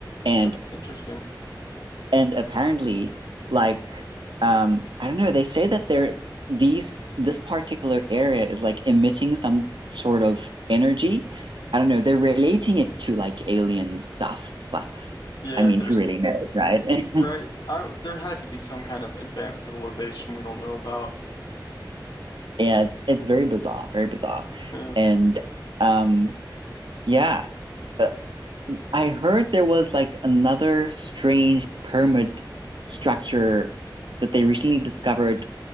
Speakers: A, on the right; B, on the left.
A: And
B: That's interesting.
A: and apparently, like, um, I don't know, they say that they're these this particular area is like emitting some sort of energy. I don't know, they're relating it to like alien stuff, but
B: Yeah,
A: I mean,
B: there's
A: who really knows, right? <laughs>
B: right? I there had to be some kind of advanced civilization we don't know about.
A: Yeah, it's it's very bizarre, very bizarre.
B: Yeah.
A: And um yeah, uh, I heard there was like another strange pyramid structure that they recently discovered.